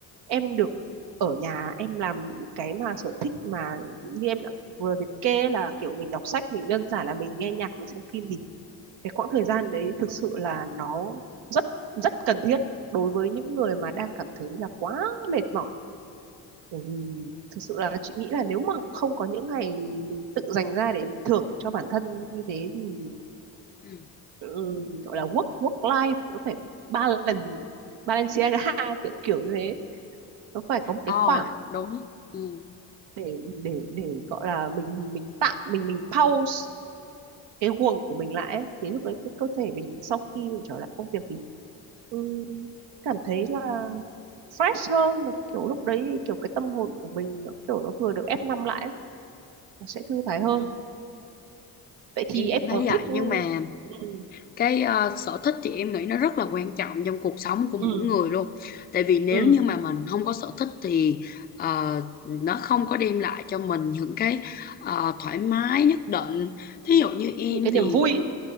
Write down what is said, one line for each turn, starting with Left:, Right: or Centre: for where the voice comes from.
Right: em được ở nhà em làm cái mà sở thích mà như em đã vừa liệt kê là kiểu mình đọc sách mình đơn giản là mình nghe nhạc mình xem phim thì cái quãng thời gian đấy thực sự là nó rất rất cần thiết đối với những người mà đang cảm thấy là quá mệt mỏi bởi vì thực sự là chị nghĩ là nếu mà không có những ngày mình tự dành ra để mình thưởng cho bản thân như thế thì
Left: ừ.
Right: ừ, gọi là work work life nó phải ba lần Balenciaga <laughs> kiểu kiểu như thế nó phải có một
Left: Ờ,
Right: cái khoảng
Left: đúng ừ.
Right: để để để gọi là mình mình tạm mình mình pause cái guồng của mình lại ấy. Thế lúc đấy cái cơ thể mình sau khi mình trở lại công việc thì ừ, cảm thấy là fresh hơn mà kiểu lúc đấy kiểu cái tâm hồn của mình nó kiểu nó vừa được ép năm lại ấy, nó sẽ thư thái hơn
Left: Ừ.
Right: Vậy thì
Left: em
Right: em
Left: cũng thấy
Right: có
Left: vậy
Right: thích ừ,
Left: nhưng mà
Right: ừ,
Left: cái ờ, sở thích thì em nghĩ nó rất là quan trọng trong cuộc sống của
Right: ừ,
Left: mỗi người luôn tại vì nếu
Right: ừ,
Left: như mà mình không có sở thích thì ờ, nó không có đem lại cho mình những cái ờ, thoải mái nhất định thí dụ như em
Right: những cái
Left: thì
Right: niềm vui ý.